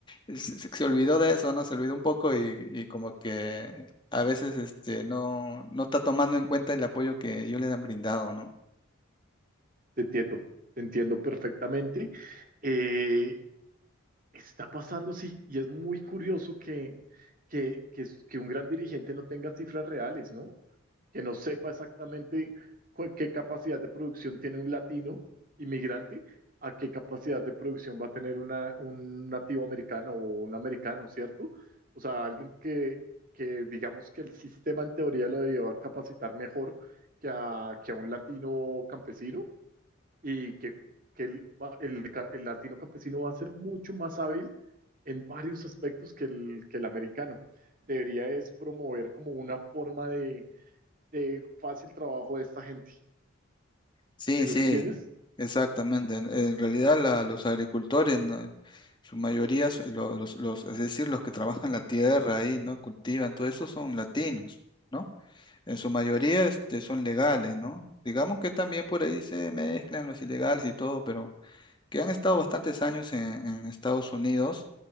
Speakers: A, on the left; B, on the right.
A: se, se- se olvidó de eso, ¿no? Se olvidó un poco y, y como que a veces este, no, no está tomando en cuenta el apoyo que ellos les han brindado, ¿no?
B: te entiendo, te entiendo perfectamente. Eh, está pasando, sí, y es muy curioso que, que, que, que un gran dirigente no tenga cifras reales, ¿no? que no sepa exactamente cu- qué capacidad de producción tiene un latino inmigrante, a qué capacidad de producción va a tener una, un nativo americano o un americano, ¿cierto? O sea, alguien que, que digamos que el sistema en teoría lo debió capacitar mejor que a, que a un latino campesino y que, que el, va- el ca- el latino campesino va a ser mucho más hábil en varios aspectos que el, que el americano. Debería es promover como una forma de de fácil trabajo de esta gente.
A: Sí,
B: ¿Sí me
A: sí,
B: entiendes?
A: exactamente. En, en realidad la- los agricultores, ¿no? Su mayoría, so- lo- los, los, es decir, los que trabajan la tierra ahí, ¿no? Cultivan, todo eso son latinos, ¿no? En su mayoría, este, son legales, ¿no? Digamos que también por ahí se mezclan los ilegales y todo, pero que han estado bastantes años en, en Estados Unidos,